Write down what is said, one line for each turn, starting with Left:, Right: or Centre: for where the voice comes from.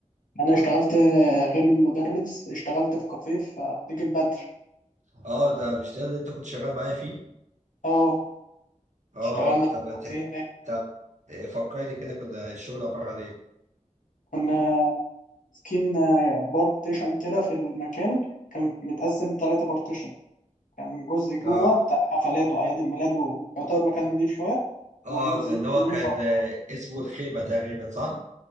Left: انا اشتغلت آه، غير المدرس اشتغلت في كافيه في خليج البدر
Right: اه ده مش ده اللي انت كنت شغال معايا فيه
Left: اه
Right: اه
Left: اشتغلنا في
Right: طب ما ت-
Left: كافيه هناك
Right: طب آه، فكرني كده كنا الشغل عبارة عن ايه
Left: كنا ماسكين آه، بارتيشن كده في المكان كان متقسم ثلاثة بارتيشن كان جزء جوه
Right: اه
Left: بتاع حفلات وأعياد الميلاد ويعتبر مكان نضيف شوية
Right: اه
Left: وجزئين
Right: ده اللي هو
Left: تانيين
Right: كان
Left: بره
Right: آه، اسمه الخيمة تقريبا صح